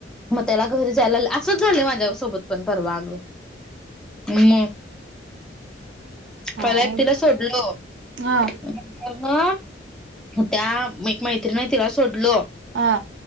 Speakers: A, in the centre; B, on the right.
A: मग त्याला घरी जायला असंच झालं माझ्या सोबत पण परवाग. हम
B: काय
A: पला एक तिला सोडलो मग
B: हा
A: त्या एक मैत्रीिणी तिला सोडलो
B: हा